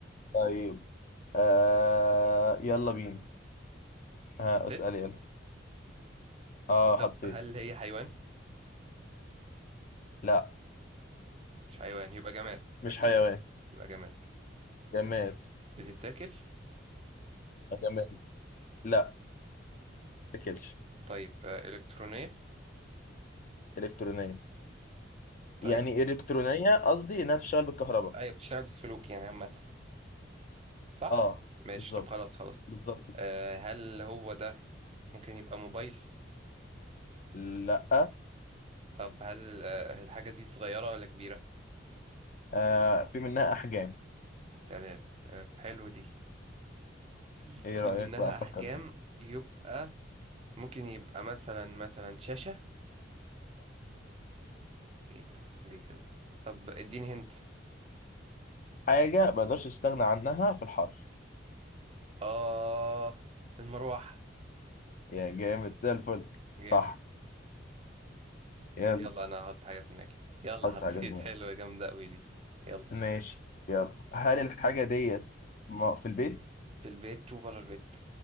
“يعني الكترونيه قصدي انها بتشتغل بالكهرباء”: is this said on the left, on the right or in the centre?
Left